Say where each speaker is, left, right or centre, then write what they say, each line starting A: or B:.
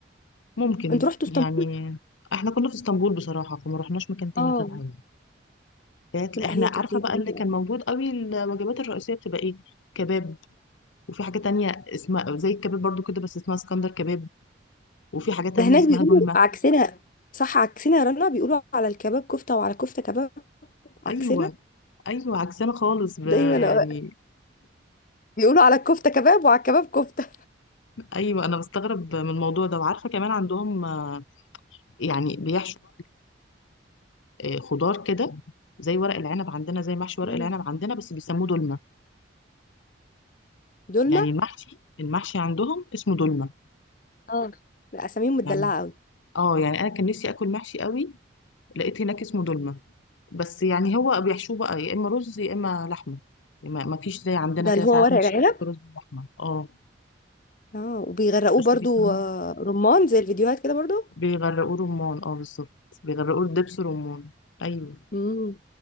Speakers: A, on the left; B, on the left.
A: ممكن
B: انتوا رحتوا
A: يعني
B: اسطنبول
A: احنا كنا في اسطنبول بصراحة فما رحناش مكان تاني
B: اه
A: غيرها يعني فات-
B: لا
A: احنا
B: هي
A: عارفة
B: تركيا
A: بقى
B: جميله
A: اللي كان موجود قوي الوجبات الرئيسية بتبقى ايه كباب وفي حاجة تانية اسمها زي الكباب برضو كده بس اسمها اسكندر كباب وفي حاجة تانية
B: ده هناك
A: اسمها
B: بيقولوا
A: دولمة
B: عكسنا صح عكسنا يا رنا بيقولوا على الكباب كفته وعلى كفته كباب عكسنا
A: ايوه ايوه عكسنا خالص ب-
B: دايما
A: يعني
B: أ- بيقولوا على الكفته كباب وعلى الكباب كفته
A: ايوه انا بستغرب من الموضوع ده وعارفة كمان عندهم آه، يعني بيحشوا آه، خضار كده زي ورق العنب عندنا زي محشي ورق
B: مم.
A: العنب عندنا بس بيسموه دولمة
B: دولمه
A: يعني المحشي المحشي عندهم اسمه دولمة
B: اه لا اساميهم متدلعه
A: يعني
B: قوي
A: اه يعني انا كان نفسي اكل محشي قوي لقيت هناك اسمه دولمة بس يعني هو بيحشوه بقى يا اما رز يا اما لحمة يعني ما ما فيش زي عندنا
B: ده
A: كده
B: اللي هو
A: ساعات
B: ورق
A: محشي
B: العنب
A: يحط رز ولحمة اه
B: اه وبيغرقوه
A: بس
B: برضو
A: بيسموه
B: آه، رمان زي الفيديوهات كده برضو
A: بيغرقوه رمان اه بالظبط بيغرقوه دبس رمان ايوه
B: مم.